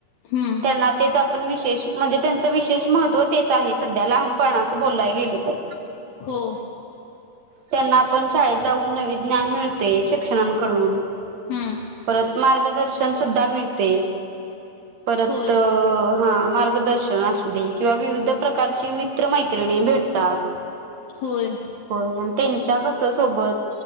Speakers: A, on the left; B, on the right.
A: हम्म
B: तेना तेच आपण विशेष म्हणजे त्यांचं विशेष महत्त्व तेच आहे सध्या लहानपणाचं बोललाय गेलं तर
A: हो
B: त्यांना आपण शाळेत जाऊन नवी ज्ञान मिळते शिक्षणकडून
A: हम्म
B: पर मार्गदर्शन सुद्धा मिळते परत
A: होय
B: हा मार्ग दर्शन असु दे किंवा विविध प्रकारची मित्र मैत्रिणी भेटतात.
A: होय
B: हो आणि त्यांच्या कस सोबत